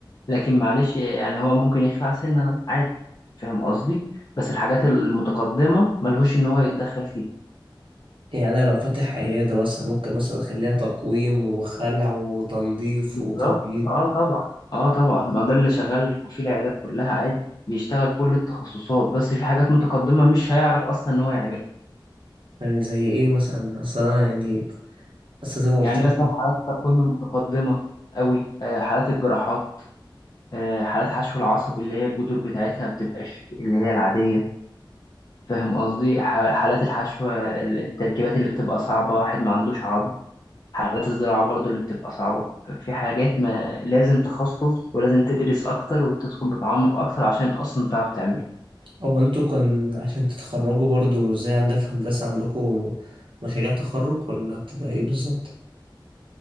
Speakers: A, on the left (about 50°); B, on the right (about 80°).
A: لكن معلش يعني هو ممكن يخلع سنه عادي فاهم قصدي بس الحاجات المتقدمه ملهوش ان هو يتدخل فيها
B: يعني انا لو فاتح عيادة مثلا ممكن مثلا اخليها تقويم وخلع وتنظيف
A: بالظبط
B: وتبييض
A: اه طبعا اه طبعا ما ده اللي شغال في العيادات كلها عادي بيشتغل كل التخصصات بس في حاجات متقدمة مش هيعرف اصلا ان هو يعملها
B: يعني زي ايه مثلا اصل انا يعني اصل زي ما قلت
A: يعني
B: لك
A: مثلا حالات التقويم المتقدمة قوي آه حالات الجراحات آه حالات حشو العصب اللي هي الجذور بتاعتها بتبقاش اللي هي العادية فاهم قصدي ح- حالات الحشو التركيبات اللي بتبقى صعبة واحد ما عندوش عظم حالات الزراعة برضو اللي بتبقى صعبة في حاجات ما لازم تخصص ولازم تدرس أكتر وتدخل بتعمق أكتر عشان أصلا تعرف تعمل
B: او انتوا كان عشان تتخرجوا برضو زي عندنا في هندسة عندكم مشاريع تخرج ولا بتبقى ايه بالظبط